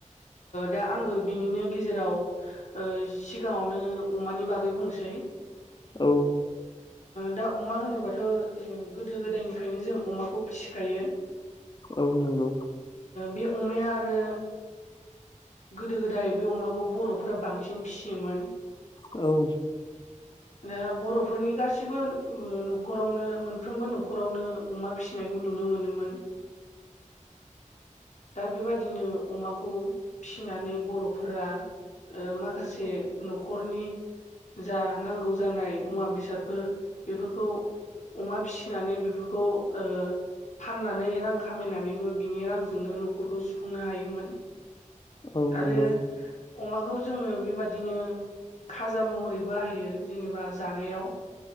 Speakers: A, on the left; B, on the left.
A: दा आंबो बिनिनो गेजेराव ओ सिगाङावनो अमानि बागै बुंसै
B: औ
A: दा अमा होनोबाथ' गोदो गोदायनिफ्रायनो जों अमाखौ फिसिखायो।
B: औ नंगौ
A: बे अमाया आरो गोदो गोदाय बे अमाखौ बर'फोरा बांसिन फिसियोमोन।
B: औ
A: दा बर'फोरनि गासिबो न'खरावनो साफ्रोमबो न'खरावनो अमा फिसिनायखौ नुनो मोनोमोन। दा बेबायदिनो अमाखौ फिसिनानै बर'फोरा ओ माखासे न'खरनि जा नांगौ जानाय मुवा बेसादफोर बेफोरखौ अमा फिसिनानै बेफोरखौ ओ फाननानै रां खामायनानैबो बिनि रांजोंनो न'खरखौ सुफुंनो हायोमोन।
B: औ नंगौ
A: आरो अमाखौ जोङो बेबादिनो खाजा महरैबो बाहैयो जेनेबा जानायाव